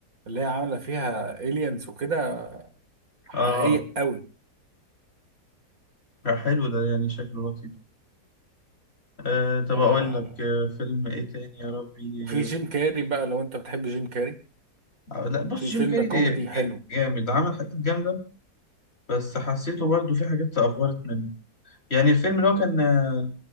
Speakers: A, on the right; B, on the left.
A: اللي هي عامله فيها الينز وكده حقيقي
B: اه اه
A: قوي
B: لا، حلو ده يعني شكله لطيف آه طب
A: آه،
B: اقول لك آه فيلم ايه تاني يا ربي
A: وفي جيم كاري بقى لو انت بتحب جيم كاري
B: آه لا بص
A: في
B: جيم
A: فيلم
B: كاري
A: كوميدي حلو
B: جا- جامد عمل حاجات جامده بس حسيته برضه في حاجات افورت منه يعني الفيلم اللي هو كان آه،